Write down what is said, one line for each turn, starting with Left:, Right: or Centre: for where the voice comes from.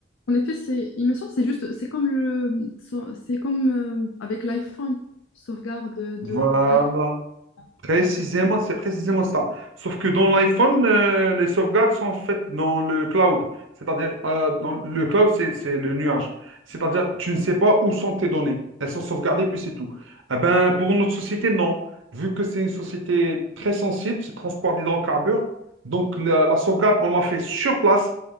Left: En effet, c'est, il me semble, c'est juste, c'est comme le, so, c'est comme euh, avec l'iPhone, sauvegarde de, de
Right: Voilà.
Left: iCloud.
Right: Précisément,
Left: Donc, euh,
Right: c'est précisément ça. Sauf que dans l'iPhone, euh, les sauvegardes sont faites dans le cloud. C'est-à-dire, euh, dans le cloud, c'est, c'est le nuage. C'est-à-dire, tu ne sais pas où sont tes données. Elles sont sauvegardées, puis c'est tout. Eh ben, pour notre société, non. Vu que c'est une société très sensible, c'est transport d'hydrocarbures. Donc, la, la sauvegarde, on l'a fait sur place,